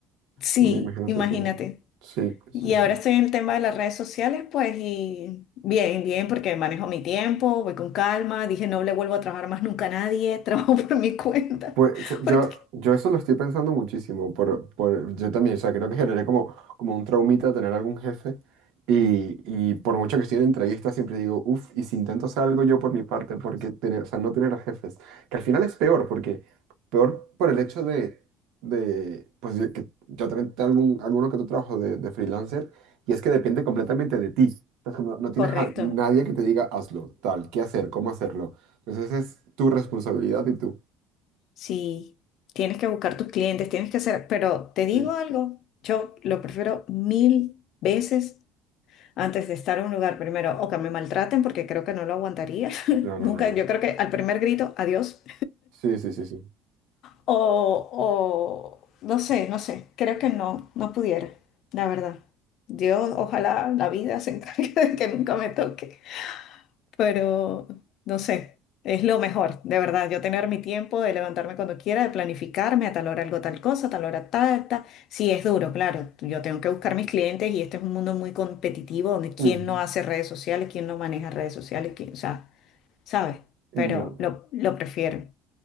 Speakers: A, on the left; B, on the right.
A: Sí,
B: No me imagino
A: imagínate.
B: seis años. Sí, sí,
A: Y
B: sí.
A: ahora estoy en el tema de las redes sociales, pues, y bien, bien, porque manejo mi tiempo, voy con calma. Dije, no le vuelvo a trabajar más nunca a nadie, <laughs> trabajo por mi cuenta.
B: Pues yo,
A: Porque...
B: yo eso lo estoy pensando muchísimo, por, por- yo también, o sea, creo que generé como, como un traumita tener algún jefe y, y por mucho que estoy en entrevistas siempre digo, uff, y si intento hacer algo yo por mi parte, porque tener, o sea, no tener a jefes, que al final es peor, porque peor por el hecho de, de pues de que yo también tengo algún, alguno que otro trabajo de, de freelancer y es que depende completamente de ti, Entonces, como no tienes
A: Correcto.
B: a nadie que te diga hazlo, tal, qué hacer, cómo hacerlo, entonces es tu responsabilidad y tú.
A: Sí, tienes que buscar tus clientes, tienes que hacer, pero te digo
B: Sí.
A: algo, yo lo prefiero mil veces antes de estar en un lugar primero, o que me maltraten porque creo que no lo aguantaría, <laughs>
B: No,
A: nunca,
B: no, no, no.
A: yo creo que al primer grito, adiós,
B: Sí, sí, sí, sí.
A: o, o no sé, no sé, creo que no, no pudiera, la verdad. Dios, ojalá la vida se encargue <laughs> de que nunca me toque. pero no sé, es lo mejor, de verdad, yo tener mi tiempo de levantarme cuando quiera, de planificarme a tal hora algo, tal cosa, a tal hora tal, tal. Sí, es duro, claro, yo tengo que buscar mis clientes y este es un mundo muy competitivo donde quién
B: Ujú.
A: no hace redes sociales, quién no maneja redes sociales, quién, o sea, ¿sabes?
B: No,
A: Pero lo, lo prefiero.